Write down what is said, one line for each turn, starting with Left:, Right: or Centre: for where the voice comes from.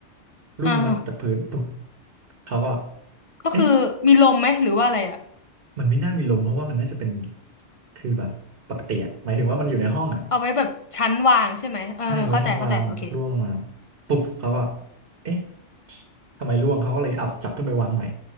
Right: ร่วงลงมาจากพื้นปุ๊บ
Left: อ่า
Right: เขาก็
Left: ก็คือมีลมไหมหรือว่าอะไรอ่ะ
Right: เอ๊ะ มันไม่น่ามีลมเพราะว่ามันน่าจะเป็นคือแบบปกติอะหมายถึงว่ามันอยู่ในห้องอะ
Left: เอาไว้แบบชั้นวางใช่ไหมเออเออเข้าใจเข้าใจโอเค
Right: ใช่ไว้ชั้นวางร่วงลงมาปุ๊บเขาก็เอ๊ะทำไมร่วงเขาก็เลยอับจับขึ้นไปวางใหม่